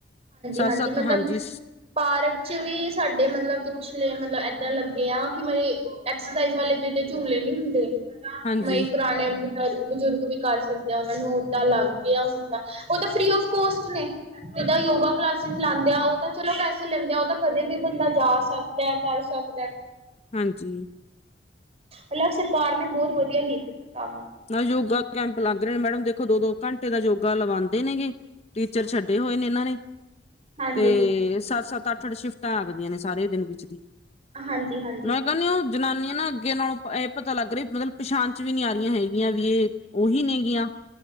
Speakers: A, on the left; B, on the right.
A: ਸੱਤ
B: ਹਾਂਜੀ-ਹਾਂਜੀ
A: ਸੱਤ
B: ਮਤਲਬ
A: ਹਾਂਜੀ
B: ਪਾਰਕ 'ਚ ਵੀ ਸਾਡੇ ਮਲਬ ਪਿਛਲੇ ਮਲਬ ਇੱਦਾਂ ਲੱਗੇ ਆ। ਕਿ ਮਈੰ ਐਕਸਰਸਾਈਜ਼ ਵਾਲੇ ਜੇੜੇ ਝੂਲੇ ਨੀ ਹੁੰਦੇ,
A: ਹਾਂਜੀ-ਹਾਂਜੀ
B: ਮਈੰ ਪਰਾਣੇ ਕਰ ਬਜ਼ੁਰਗ ਵੀ ਕਰ ਸਕਦੇ ਆ, ਓਨਾਂ ਨੂੰ ਓਦਾਂ ਲੱਗ ਗਿਆ ਹ ਓ ਤਾਂ ਫ੍ਰੀ ਆਫ ਕੋਸਟ ਨੇ। ਜਿੱਦਾਂ ਯੋਗਾ ਕਲਾਸਿਸ ਲਾਂਦੇ ਆਂ, ਓ ਤਾਂ ਚਲੋ ਪੈਸੇ ਲੈਂਦੇ ਆ। ਓ ਤਾਂ ਕਦੇ ਵੀ ਬੰਦਾ ਜਾ ਸਕਦਾ ਕਰ ਸਕਦਾ।
A: ਹਾਂਜੀ।
B: ਮਲਬ ਸਰਕਾਰ ਨੇ ਬੋਤ ਵਧੀਆ ਕੀਤਾ ਕੰਮ।
A: ਨਾ ਯੋਗਾ ਕੈਂਪ ਲੱਗ ਰਹੇ ਨੇ, ਮੈਡਮ ਦੇਖੋ ਦੋ ਦੋ ਘੰਟੇ ਦਾ ਯੋਗਾ ਲਗਾਂਦੇ ਨੇਗੇ। ਟੀਚਰ ਛੱਡੇ ਹੋਏ ਨੇ ਏਨਾਂ ਨੇ।
B: ਹਾਂਜੀ,
A: ਤੇ ਸੱਤ -ਸੱਤ ਅੱਠ -ਅੱਠ ਸ਼ਿਫਟਾਂ ਲਗਦੀਆਂ ਨੇ ਸਾਰੇ ਦਿਨ ਵਿੱਚ ਦੀ।
B: ਹਾਂਜੀ-ਹਾਂਜੀ
A: ਮੈਂ ਕੈਨੀ ਓ ਜਨਾਨੀਆਂ ਨਾ ਅੱਗੇ ਨਾਲੋਂ, ਐ ਪਤਾ ਲੱਗ ਰੀ ਮਲਬ ਪਛਾਣ 'ਚ ਵੀ ਨੀ ਆ ਰੀਆਂ ਹੈਗੀਆਂ। ਗੀਆਂ ਵੀ ਏ ਓਹੀ ਨੇਗੀਆਂ।